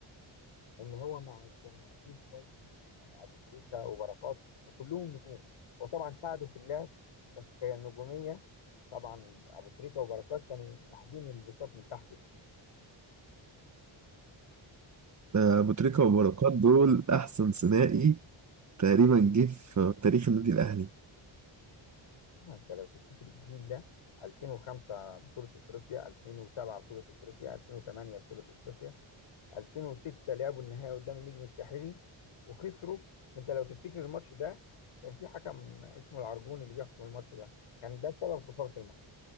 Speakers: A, on the left; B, on the right.
A: ان هو مع كان مع جيل قوي جدا يعني ابو تريكه وبركات فكلهم نجوم هو طبعا ساعدوا في اللعب بس كنجوميه طبعا ابو تريكه وبركات كانوا ساحبين البساط من تحت شويه
B: آه، أبو تريكة وبركات دول احسن ثنائي تقريبا جه في تاريخ النادي الاهلي
A: ايوه انت لو تفتكر الجيل ده 2005 بطولة أفريقيا 2007 بطولة أفريقيا 2008 بطولة أفريقيا 2006 لعبوا النهائي قدام النجم الساحلي وخسروا وأنت لو تفتكر الماتش ده كان في حكم اسمه العرجون اللي بيحكم الماتش ده كان ده سبب خسارة الماتش